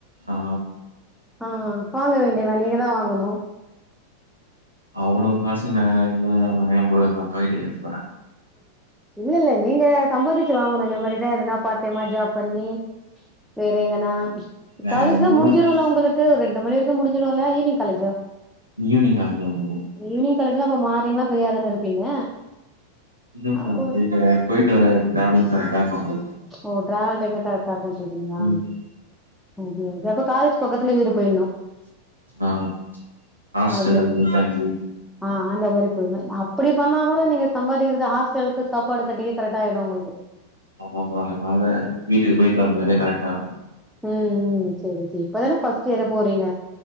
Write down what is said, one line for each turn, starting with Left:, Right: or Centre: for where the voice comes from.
Right: ஆ
Centre: ஆ வாங்க வேண்டியதா நீங்கதா வாங்கணு
Right: அவ்ளோ காசுகு நா இந்தா நா ஏம் போய் எங்க அப்பாகிட்ட கேக்க போறே
Centre: இல்ல இல்ல நீங்க சம்பாரிச்சு வாங்கணு இந்த மாரிதா எதனாப் பார்ட் டைமா ஜாப் பண்ணி வேற எங்கனா
Right: வேற
Centre: காலேஜ்தா
Right: எதுவு
Centre: முடிஞ்சிருல
Right: இல்ல
Centre: ஒங்களுக் க்கு ரெண்டு மணி வரைக்கு முடிஞ்சிடுல ஈவினிங் காலேஜூ
Right: ஈவினிங் காலேஜ்தா ப்ரோ
Centre: ஈவினிங் காலேஜ்தா அப்ப மார்னிங்லா ப்ரீயாதானே இருப்பீங்க
Right: இல்ல ப்ரோ
Centre: அப்போ
Right: வீட்ல போயிட்டு வர டிராவலிங் கரெக்டாருக்கும் ப்ரோ
Centre: ஓ டிராவல்டைம்ல கரெக்டா இருக்குன் சொல்றீங்களா
Right: ம்
Centre: அங்யாவது அப்ப காலேஜ் பக்கத்துல வீடு போய்ட்னு
Right: ஆ ஹாஸ்டலருந்து
Centre: அப்டி
Right: தங்கி
Centre: ஆ அந்த மாரி பொண்ணு அப்படி பண்ணா கூட நீங்க சம்பாதிக்கிறது ஹாஸ்டலுக்கு சாப்பாடு கட்டி கரெக்டா ஆயிடு உங்களுக்கு
Right: ஆமா பா அதனால வீட்டுக்கு போயிட்டு வந்தாலே கரெக்டாருக்கு
Centre: ம் ம் செரி செரி இப்பதான ஃபர்ஸ்ட் இயரே போறீங்க